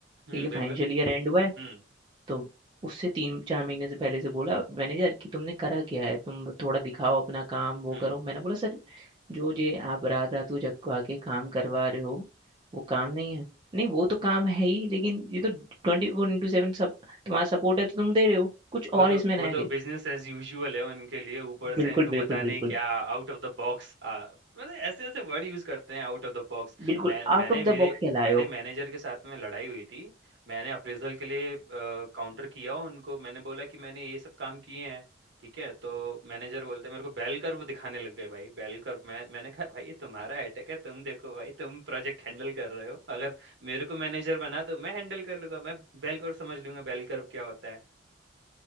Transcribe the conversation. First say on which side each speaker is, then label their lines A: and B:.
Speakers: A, on the right; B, on the right.
A: हम्म
B: ठीक है
A: बिल्कुल
B: फाइनेंशियल ईयर एंड हुआ है
A: हम्म
B: तो उससे तीन चार महीने से पहले से बोला मैनेजर कि तुमने करा क्या है तुम थोड़ा दिखाओ अपना काम वो
A: हम्म
B: करो मैंने बोला सर जो जे आप रात रात को जग को आके काम करवा रहे हो वो काम नहीं है नहीं वो तो काम है ही लेकिन ये तो ट्वेंटी फोर इंटू सेवन सब तुम्हारा सपोर्ट है तो तुम दे रहे हो कुछ
A: वो
B: और
A: तो
B: इसमें
A: वो
B: नया
A: तो बिजनेस एज यूजुअल है उनके लिए ऊपर से
B: बिल्कुल
A: इनको पता
B: बिल्कुल
A: नहीं
B: बिल्कुल
A: क्या आउट ऑफ द बॉक्स मतलब ऐसे ऐसे वर्ड यूज करते हैं आउट ऑफ द बॉक्स
B: बिल्कुल
A: मैं
B: आउट
A: मैंने
B: ऑफ
A: मेरे
B: द बॉक्स लाए
A: मेरे
B: हो
A: मैनेजर के साथ में लड़ाई हुई थी मैंने अप्रेजल के लिए काउंटर किया उनको मैंने बोला कि मैंने ये सब काम किए हैं ठीक है तो मैनेजर बोलते हैं मेरे को बेल कर्व दिखाने लग गए भाई बेल कर्व मैं मैंने कहा भाई ये तुम्हारा अटैक है तुम देखो भाई तुम प्रोजेक्ट हैंडल कर रहे हो अगर मेरे को मैनेजर बना दो मैं हैंडल कर लूंगा मैं बेल कर्व समझ लूंगा बेल कर्व क्या होता है